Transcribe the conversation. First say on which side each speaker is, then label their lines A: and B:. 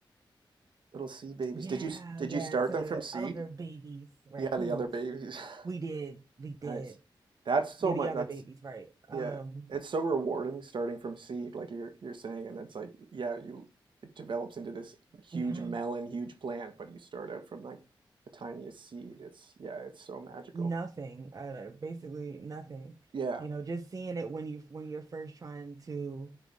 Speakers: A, on the right; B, on the right.
A: little seed babies.
B: Yeah,
A: Did you s- did
B: yeah.
A: you start
B: And to
A: them
B: the
A: from seed?
B: other babies, raccoons,
A: Yeah, the other babies. <laughs>
B: we did, we did.
A: Nice. That's so
B: Yeah,
A: much.
B: the other
A: That's
B: babies, right. Um,
A: Yeah, it's so rewarding starting from seed, like you're you're saying, and it's like, yeah, you it develops into this huge
B: yeah,
A: melon, huge plant, but you start out from like the tiniest seed. It's yeah, it's so magical.
B: nothing, uh, basically nothing.
A: Yeah.
B: You know, just seeing it when you when you're first trying to